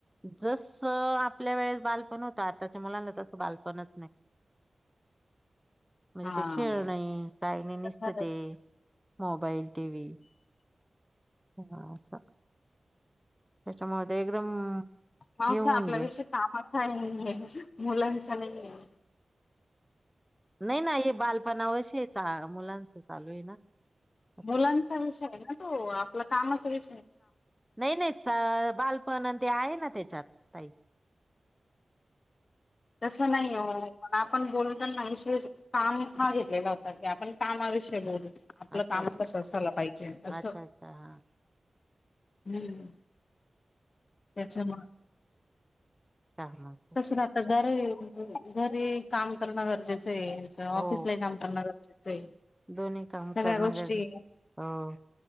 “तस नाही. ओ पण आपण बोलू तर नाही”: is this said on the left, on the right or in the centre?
Left